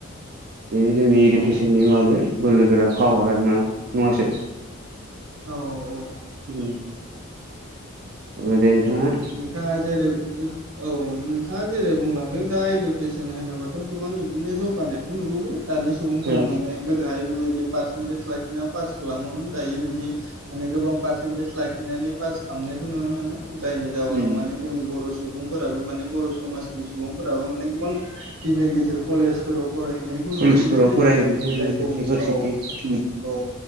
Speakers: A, on the right; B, on the right.
A: बेनो जोंनि इडुकेसननि
B: औ
A: माबे बोलोगोरा पावारा ना नङासो?
B: औ औ
A: उम होमबा दे नोंथाङा
B: नोंथाङा जेरै औ नोंथाङा जेरै बुंलांदों दा इडुकेसन होनोबाथ' गोबां बिदिनो जौगानायखौ' नुबोबाय दानि सुबुंफोरा
A: औ
B: माने गोदोहाय बेबायदि पारसेन्टेज लाखिना पास खालामोमोन दायो बिदि माने गोबां पारसेन्टेज लाखिनानै पास खालामनायखौ नुनो मोनो जायनि जााहनाव
A: उम
B: माने जोंनि बर' स सुबुंफोराबो माने बर' समाजनि सुबुंफोराबो माने गोबां गिदिर गिदिर कलेजफोराव फरायहैनायखौ
A: कलेजफोराव
B: नुनो मोननाय जायो
A: फरायमोनबाय इउनिभारसिटि
B: जायखौ औ
A: उम
B: औ